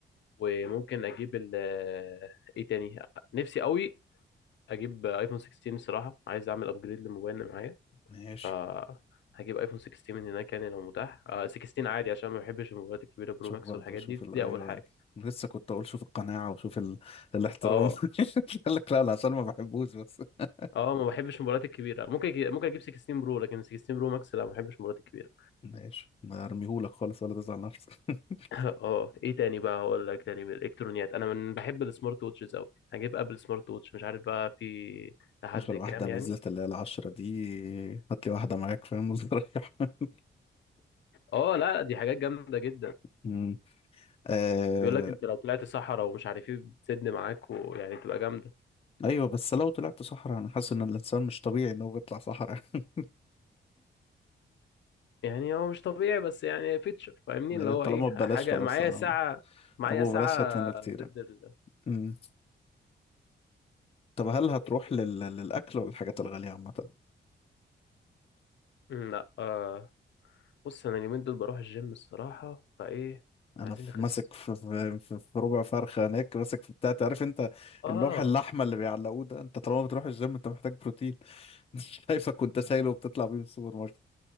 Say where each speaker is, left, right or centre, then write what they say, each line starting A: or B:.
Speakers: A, on the left; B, on the left.
A: وممكن اجيب ال ايه تاني نفسي قوي اجيب ايفون 16 الصراحه عايز اعمل ابجريد للموبايل اللي معايا
B: ماشي
A: ف هجيب ايفون 16 من هناك يعني لو متاح آه 16 عادي عشان ما بحبش الموبايلات الكبيره برو
B: شوف
A: ماكس
B: برضه
A: والحاجات
B: شوف
A: دي
B: ال-
A: دي
B: ايوه
A: اول حاجه
B: يعني لسه كنت اقول شوف القناعه وشوف ال... الاحترام
A: اه
B: <laughs> قال لك لا لا عشان ما بحبوش بس <laughs>
A: اه ما بحبش الموبايلات الكبيره ممكن ممكن اجيب 16 برو لكن 16 برو ماكس لا ما بحبش الموبايلات الكبيره
B: ماشي ما ارميهولك خالص ولا تزعل نفسك <laughs>
A: اه ايه تاني بقى هقول لك تاني من الالكترونيات انا من بحب السمارت ووتشز قوي هجيب ابل سمارت ووتش مش عارف بقى في لحد
B: اخر
A: كام
B: واحده
A: يعني
B: نزلت اللي هي العشرة دي هات لي واحده معاك فاهم وتريح <laughs>
A: اه لا لا، دي حاجات جامده جدا
B: أمم. آه...
A: بيقول لك انت لو طلعت صحراء ومش عارف ايه بتسد معاك ويعني تبقى جامده
B: ايوه بس لو طلعت صحراء انا حاسس ان الانسان مش طبيعي انه بيطلع صحراء <laughs>
A: يعني هو مش طبيعي بس يعني فيتشر فاهمني اللي
B: هي
A: هو
B: طالما
A: ايه حاجه
B: ببلاش خلاص
A: معايا
B: أنا-
A: ساعه معايا
B: ابو
A: ساعه
B: بلاش هات منه كتير
A: ضد ال...
B: أمم. طب هل هتروح
A: إيه تاني؟
B: لل... للاكل ولا الحاجات الغاليه عامه
A: مم، لا آه بص انا اليومين دول بروح الجيم الصراحه فايه عايزين
B: انا في
A: نخس
B: ماسك في, في, في, في ربع فرخه هناك ماسك في بتاع عارف انت
A: اه
B: اللوح اللحمه اللي بيعلقوه ده انت طالما بتروح الجيم انت محتاج بروتين <laughs> مش شايفك وانت شايله وبتطلع بيه من السوبر ماركت